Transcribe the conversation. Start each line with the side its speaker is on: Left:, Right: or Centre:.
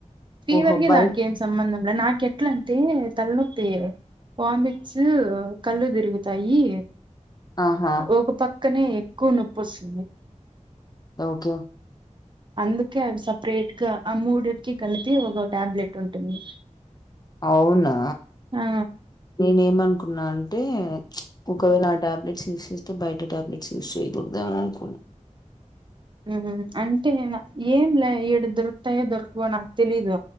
Right: ఫీవర్
Left: ఓహో
Right: కి
Left: బై
Right: దానికి ఏం సంబంధం లే నాకెట్లం టే తల్లనొప్పి వమిట్స్ కళ్ళు తిరుగుతాయి
Left: ఆహా
Right: ఒక పక్కనే ఎక్కువ నొప్పిస్తుంది
Left: ఓకే
Right: అందుకే అవి సపరేట్ గా ఆ ముడుట్కి కలిపి ఒక టాబ్లెట్ ఉంటుంది
Left: అవునా
Right: ఆ
Left: నేనే ఏమనుకున్నా ఆన్ టే ఒకవేలా ఆ టాబ్లెట్స్ యూస్ చేస్తె బైట టాబ్లెట్స్ యూస్ చేయకూడదేమోననుకున్న
Right: ఉమ్ అంటే ఏం లే ఇడా దొరుకుతాయో దొరకువో నాకు తెలీదు